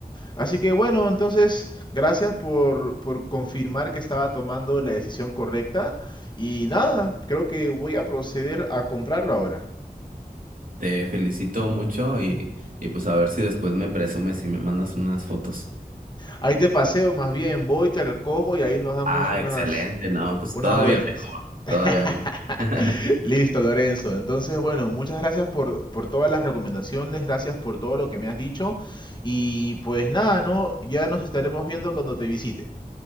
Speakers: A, on the left; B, on the right.
A: Así que bueno, entonces, gracias por, por confirmar que estaba tomando la decisión correcta. Y nada, creo que voy a proceder a comprarlo ahora.
B: Te felicito mucho y, y pues a ver si después me presumes y me mandas unas fotos.
A: Ahí te paseo, más bien, voy, te recojo y ahí nos damos
B: Ah,
A: unas,
B: excelente, no, pues
A: unas
B: todavía
A: vueltas.
B: mejor,
A: <laughs>
B: todavía mejor. <laughs>
A: Listo, Lorenzo. Entonces, bueno, muchas gracias por, por todas las recomendaciones, gracias por todo lo que me has dicho. Y pues nada, ¿no? Ya nos estaremos viendo cuando te visite.